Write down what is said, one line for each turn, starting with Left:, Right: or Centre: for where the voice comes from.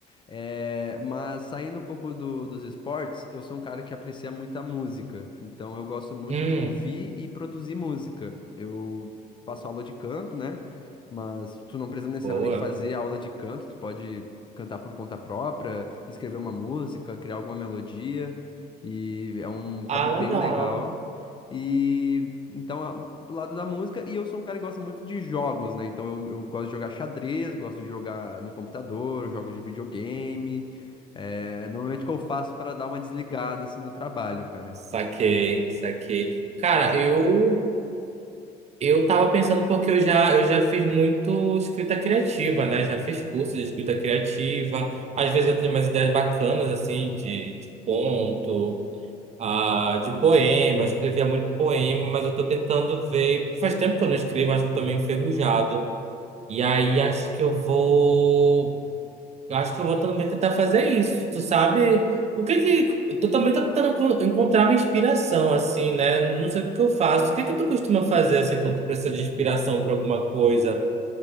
Left: É, mas saindo um pouco do- dos esportes, eu sou um cara que aprecia muita música. Então eu gosto muito
Right: hum.
Left: de ouvir e produzir música. Eu faço aula de canto, né? Mas tu não precisa necessariamente
Right: Boa.
Left: fazer aula de canto, tu pode cantar por conta própria, escrever uma música, criar alguma melodia. E é um hobby
Right: Ah,
Left: bem
Right: legal.
Left: legal. E então, a- pro lado da música, e eu sou um cara que gosta muito de jogos, né? Então eu, eu gosto de jogar xadrez, gosto de jogar no computador, jogos de videogame. É, normalmente o que eu faço pra dar uma desligada assim no trabalho, cara.
Right: Saquei, saquei. Cara, eu eu tava pensando porque eu já eu já fiz muito escrita criativa, né? Já fiz curso de escrita criativa. Às vezes eu tenho umas ideias bacanas assim de, de conto, ah, de poema. Eu escrevia muito poema, mas eu tô tentando ver. Faz tempo que eu não escrevo, acho que tô meio enferrujado. E aí acho que eu vou eu acho que eu vou também tentar fazer isso. Tu sabe? O que que. Tu também tá tentando co- encontrar uma inspiração, assim, né? Não sei o que que eu faço. O que que tu costuma fazer, assim, quando tu precisa de inspiração pra alguma coisa?